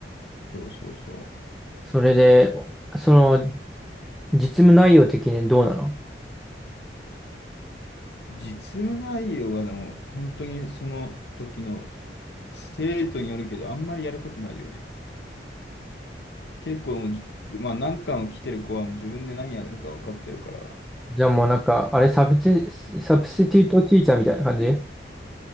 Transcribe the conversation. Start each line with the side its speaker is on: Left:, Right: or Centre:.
Left: そうそうそう。
Centre: それで、その、実務内容的にどうなの
Left: 実務内容はでも本当にその時の生徒によるけど、あんまりやることないよね。結構もうじ、まあ何巻を来てる子はもう自分で何やるか分かってるから、
Centre: じゃあもうなんか、あれサブチ、サブスティートティーチャーみたいな感じ